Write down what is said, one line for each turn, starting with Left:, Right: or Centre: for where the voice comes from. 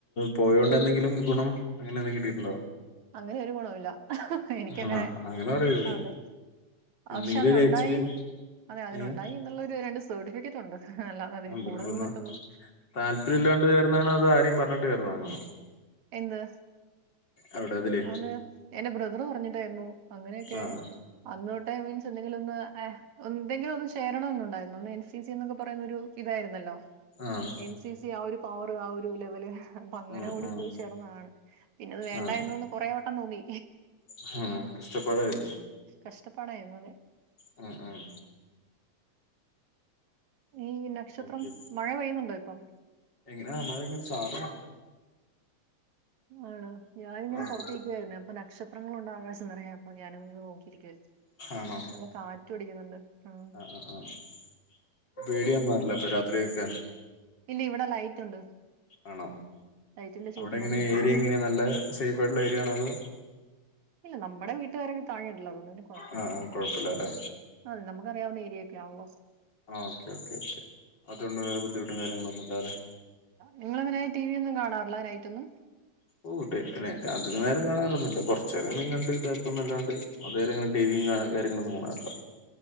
Left: പോയോണ്ട് എന്തെങ്കിലും ഗുണം അങ്ങനെ എന്തെങ്കിലും കിട്ടിയിട്ടുണ്ടോ?
Right: അങ്ങനെ ഒരു ഗുണവുല്ല എനിക്കങ്ങനെ
Left: ആണോ അങ്ങനെ പറയരുത്
Right: അതെ
Left: എന്തെങ്കിലും
Right: പക്ഷെ അതിനുണ്ടായി
Left: ഒരു എക്സ്പീരിയൻസ്
Right: അതെ അതിനുണ്ടായി
Left: ഏഹ്
Right: എന്നുള്ളൊരു രണ്ട് സർട്ടിഫിക്കറ്റ് ഉണ്ട് അല്ലാതെ അതിൽ
Left: അൽഹംദുലില്ലാ
Right: കൂടുതൽ മറ്റൊന്നും
Left: താല്പര്യം ഇല്ലാണ്ട് ചേർന്നാണോ അതോ ആരെയും പറഞ്ഞിട്ട് ചേർന്നാണോ?
Right: എന്ത്
Left: എവിടെ ഇതില്
Right: അത് എന്റെ ബ്രദറ് പറഞ്ഞിട്ടായിരുന്നു അങ്ങനെയൊക്കെ
Left: ആഹ്
Right: അന്ന്തൊട്ടെ മീൻസ് എന്തെങ്കിലും ഒന്ന് <unintelligible> എന്തെങ്കിലും ഒന്ന് ചേരണന്നുണ്ടായിരുന്നു അന്ന് എൻ സി സി ന്നൊക്കെ പറയുന്ന ഒരു ഇതായിരുന്നല്ലോ
Left: ആഹ്
Right: എൻ സി സി ആ ഒരു പവറ് ആ ഒരു ലെവല് അപ്പ അങ്ങനെ
Left: ഉം
Right: ഓടി
Left: ഉം
Right: പോയി ചേർന്നതാണ് പിന്നെ അത് വേ
Left: ആഹ്
Right: കുറേവെട്ടം തോന്നി
Left: ആഹ് കഷ്ടപ്പാടായിരുന്നൊ
Right: കഷ്ടപ്പാടായിരുന്നു അതെ
Left: ഉം ഉം
Right: ഈ നക്ഷത്രം
Left: ഓക്കെ
Right: മഴ പെയ്യുന്നുണ്ടോ ഇപ്പം
Left: എങ്ങനാ മഴ ഇങ്ങനെ ചാറുന്നുണ്ട്
Right: ആണോ ഞാനിങ്ങനെ
Left: ആഹ്
Right: പുറത്തിരിക്കുവായിരുന്നേ അപ്പൊ നക്ഷത്രങ്ങള് കൊണ്ട് ആകാശം നിറയെ അപ്പൊ ഞാനതിങ്ങനെ നോക്കിയിരിക്കുവാരുന്നു
Left: ആണോ
Right: നല്ല കാറ്റും അടിക്കുന്നുണ്ട് ഉം
Left: ആ ആ <unintelligible>
Right: ഇല്ല ഇവിടെ ലൈറ്റ് ഉണ്ട്
Left: ആണോ
Right: ലൈറ്റിന്റെ ചുവട്ടിലാണ്
Left: അവിടെങ്ങനെ
Right: നിൽക്കുന്നത്
Left: ഏരിയ എങ്ങനാ നല്ല സേഫ് ആയിട്ടുള്ള ഏരിയ ആണോ അതോ
Right: ഇല്ല നമ്മടെ വീട്ടുകാരൊക്കെ താഴേ ഉണ്ടല്ലോ അതുകൊണ്ട് പിന്നെ കൊഴപ്പില്ല
Left: ആ ആ കുഴപ്പമില്ല അല്ലെ
Right: അതെ നമ്മുക്ക് അറിയാവുന്ന ഏരിയൊക്കെ ആണല്ലോ
Left: ആഹ് ഓക്കെ ഓക്കെ ഓക്കെ അതുകൊണ്ട് വേറെ ബുദ്ധിമുട്ടും കാര്യങ്ങളൊന്നും ഇല്ലാലെ
Right: നിങ്ങളങ്ങനെ ടി വി ഒന്നും കാണാറില്ല നൈറ്റൊന്നും
Left: ഓ അതിക നേരം കാണാറൊന്നുമില്ല കുറച്ച്നേരം എന്തെങ്കിലുംകണ്ട് <unintelligible> ന്നല്ലാണ്ട് അതുവരെ അങ്ങനെ ടി വി യും കാര്യങ്ങളൊന്നും കാണാറില്ല